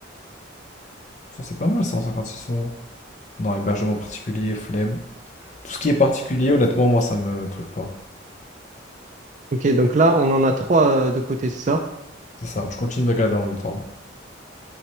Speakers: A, on the left; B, on the right.
A: Ça, c'est pas mal, 156 euros. Non, hébergement particulier, flemme. Tout ce qui est particulier, honnêtement, moi, ça me truc pas.
B: Ok, donc là, on en a trois euh, de côté, c'est ça?
A: C'est ça. Je continue de regarder en même temps.